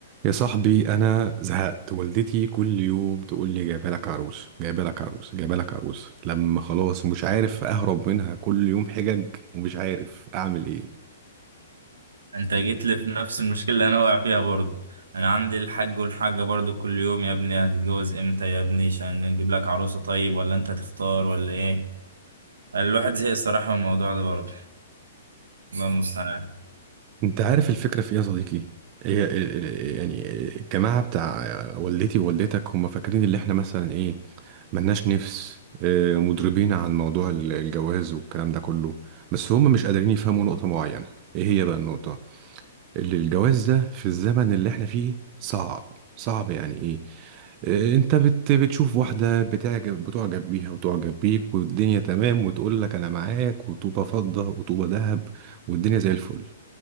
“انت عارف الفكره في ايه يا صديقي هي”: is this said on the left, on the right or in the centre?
Right